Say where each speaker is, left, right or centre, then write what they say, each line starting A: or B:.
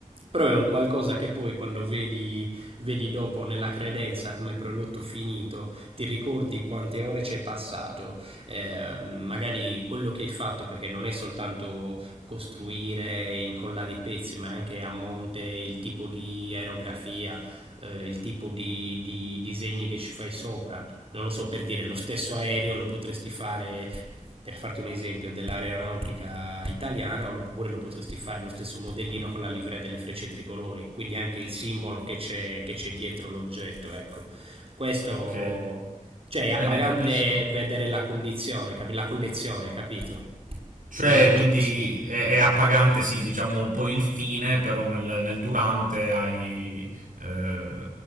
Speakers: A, on the right; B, on the right.
A: Però è un qualcosa che poi quando vedi, vedi dopo nella credenza come prodotto finito, ti ricordi quante ore ci hai passato, eh, magari quello che hai fatto, perché non è soltanto costruire, e incollare i pezzi, ma anche a monte il tipo di aerografia, eh, il tipo di, di disegni che ci fai sopra. Non lo so, per dire, lo stesso aereo lo potresti fare, per farti un esempio, dell'aeronautica italiana, oppure lo potresti fare lo stesso modellino con la livrea delle frecce tricolori, quindi anche il simbolo che c'è, che c'è dietro l'oggetto, ecco. Questo,
B: Ok,
A: cioè, è appagante
B: bene, capisco.
A: vedere la condizione, capi- la collezione, capito?
B: Cioè,
A: Non l'oggetto
B: quindi
A: singolo.
B: è, è appagante, sì, diciamo poi il fine, però nel, nel durante hai, eh,